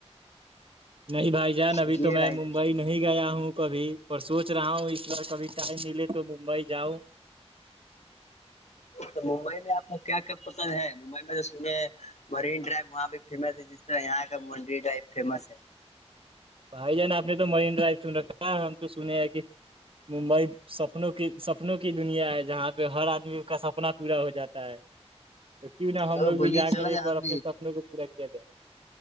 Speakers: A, on the right (about 55°); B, on the left (about 85°).
A: نہیں بھائی جان ابھی
B: چلیے
A: تو میں
B: بھائی
A: ممبئی
B: جان
A: نہیں گیا ہوں کبھی پر سوچ رہا ہوں اس بار کبھی ٹائم ملے تو ممبئی جاؤ
B: تو ممبئی میں آپ کو کیا کیا پسند ہے ممبئی میں تو سنے ہیں مرین ڈرائیو وہاں پہ فیمس ہے جس طرح یہاں کا منڈی ڈرائیو فیمس ہے
A: بھائی جان آپ نے تو مرین ڈرائیو سن رکھا ہے ہم تو سنے ہیں کہ ممبئی سپنوں کی سپنوں کی دنیا ہے جہاں پہ ہر آدمی کا سپنا پورا ہو جاتا ہے تو کیوں نہ
B: تو
A: ہم لوگ
B: بولیے
A: بھی جا
B: چلا
A: کر
B: جائے
A: ایک بار
B: ہم
A: اپنے
B: بھی
A: سپنوں کو پورا کیا جائے